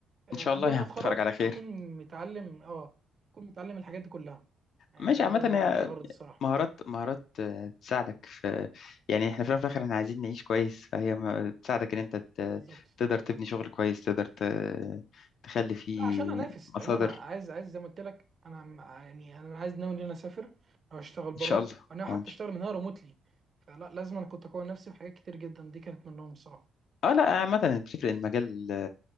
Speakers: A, on the right; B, on the left.
A: آه
B: إن شاء
A: قبل
B: الله
A: ما
B: يعني
A: انا اتخرج
B: تخرج على خير
A: اكون متعلم اه اكون متعلم الحاجات دي كلها يعني
B: ماشي
A: ده
B: عامة
A: ده
B: هي
A: ده غرض الصراحه
B: مهارات مهارات آه، تساعدك في يعني احنا في الأول وفي الآخر احنا عايزين نعيش كويس فهي م- تساعدك إن أنت ت-
A: بالظبط
B: تقدر تبني شغل كويس تقدر ت- تخلي فيه
A: لا عشان انافس
B: مصادر
A: لان انا عايز عايز زي ما قلت لك انا م- يعني انا عايز ناوي ان انا اسافر او اشتغل بره
B: إن شاء الله
A: انا حتى
B: آه، إن شاء-
A: اشتغل من هنا ريموتلي فلا لازم أنا كنت اقوي نفسي بحاجات كتير جدا دي كانت منهم الصراحه
B: اه لا عامة بتفرق المجال